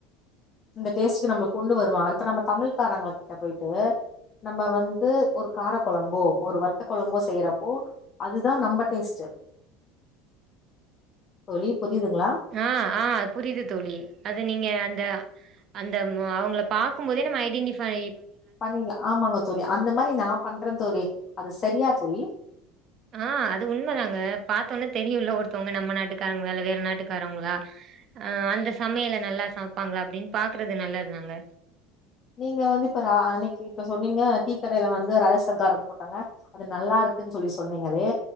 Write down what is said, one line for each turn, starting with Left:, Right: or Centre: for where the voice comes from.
Left: இந்த டேஸ்டுக்கு நம்புளுக் கொண்டு வருவாங்க இப்ப நம்ப தமிழ்காரங்கிட்ட போயிட்டு நம்ப வந்து ஒரு கார கொழம்போ ஒரு வத்த கொழம்போ செய்றப்போ அதுதா நம்ப டேஸ்ட்டு தோழி புரியுதுங்ளா
Right: ஆ ஆ புரிது தோழி அது நீங்க அந்த அந்த மு அவங்கள பாக்கு போதே நம்ம ஐடின்டிஃபை
Left: <unintelligible> ஆமாங்க தோழி அந்த மாரி நான் பண்றே தோழி அது சரியா தோழி
Right: ஆ அது உண்மதாங்க பாத்தோனே தெரியுல ஒருத்தவங்க நம்ம நாட்டுக்காரங்ளா இல்ல வேற நாட்டுக்காரவங்ளா ஆ அந்த சமையல நல்லா சமப்பாங்ளா அப்டின்னு பாக்குறது நல்லதுதாங்க
Left: நீங்க வந்து இப்ப ரா அன்னைக்கு இப்ப சொன்னீங்க டீக்கடையில வந்து ரகசியம் காரம் போட்டாங்க அது நல்லா இருக்குன்னு சொல்லி சொன்னீங்களே